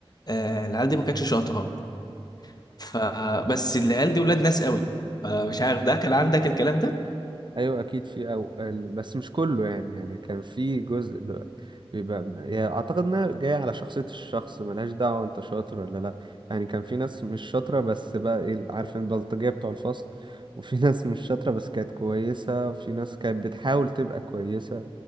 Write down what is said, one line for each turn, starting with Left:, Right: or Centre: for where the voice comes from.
Left: آه العيال دي ما كانتش شاطره فبس العيال دي ولاد ناس قوي فمش عارف ده كان عندك الكلام ده
Right: ايوه اكيد في او ال- بس مش كله يعني يعني كان في جزء ل- بيبقى م- يعني اعتقد انها جايه على شخصيه الشخص ملهاش دعوه انت شاطر ولا لا يعني كان في ناس مش شاطره بس بقى ايه ال- عارف البلطجيه بتوع الفصل وفي <laughs> ناس مش شاطره بس كانت كويسه وفي ناس كانت بتحاول تبقى كويسه